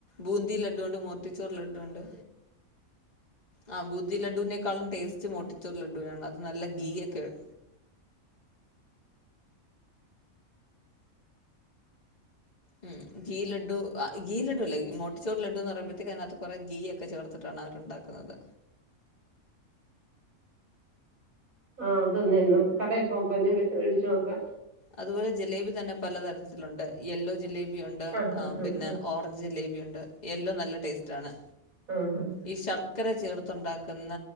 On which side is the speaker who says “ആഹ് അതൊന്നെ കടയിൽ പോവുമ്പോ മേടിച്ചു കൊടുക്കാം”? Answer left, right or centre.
Right